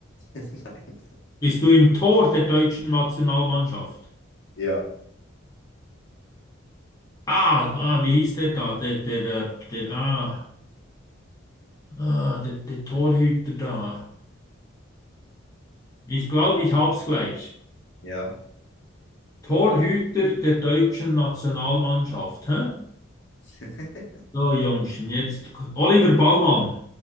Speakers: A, on the left; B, on the left.
A: nein,
B: Bist du im Tor der deutschen Nationalmannschaft?
A: ja,
B: Ah, ah, wie hieß der da? Der, der, der, der, ah, ah, der, der Torhüter da. Ich glaube, ich hab's gleich.
A: ja,
B: Torhüter der deutschen Nationalmannschaft. Hä?
A: <laughs>
B: So, Jungschen, jetzt k- Oliver Baumann,